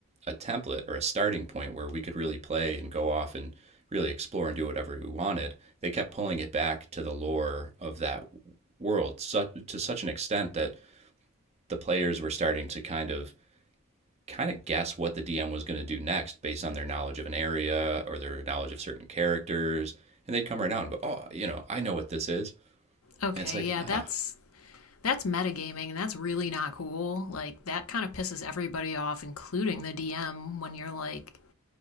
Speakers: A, on the right (about 30°); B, on the left (about 70°).
A: a template or a starting point where we could really play and go off and really explore and do whatever we wanted, they kept pulling it back to the lore of that world so, to such an extent that the players were starting to kind of kind of guess what the DM was going to do next based on their knowledge of an area or their knowledge of certain characters. And they'd come right out and go, oh, you know, I know what this is.
B: Okay,
A: And it's like,
B: yeah,
A: ah,
B: that's that's metagaming and that's really not cool. Like that kind of pisses everybody off, including the DM, when you're like,